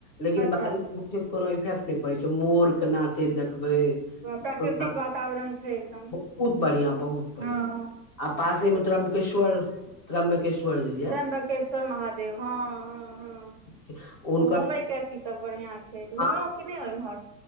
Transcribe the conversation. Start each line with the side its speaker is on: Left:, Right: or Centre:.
Left: लेकिन
Right: अच्छा
Left: बाल
Right: अच्छा
Left: कोनो इफेक्ट नहि पड़ै छै मोर केँ नाचैत देखबय
Right: पूरा प्राकृतिक
Left: बहुत
Right: वातावरण छै एकदम
Left: बढ़िया बहुत बढ़िया
Right: हँ
Left: आ पासे मे त्रम्बकेश्वर त्रम्ब केश्वर जे यऽ
Right: जम्बकेश्वर महादेव हँ हँ हँ
Left: से हुनकर
Right: ओ घुमय केँ अथी सभ बढ़िया छै घुमलहुँ
Left: हँ,
Right: कि नहि ओम्हर